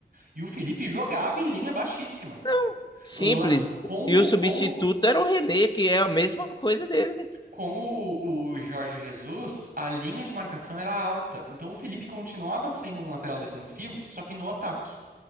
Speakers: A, on the right (about 50°); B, on the left (about 25°).
A: e o Felipe jogava em linha baixíssima.
B: Não, simples.
A: Lá- com
B: E o substituto
A: o, com o
B: era o René, que é a mesma coisa dele.
A: com o, o Jorge Jesus, a linha de marcação era alta, então o Felipe continuava sendo um lateral defensivo, só que no ataque.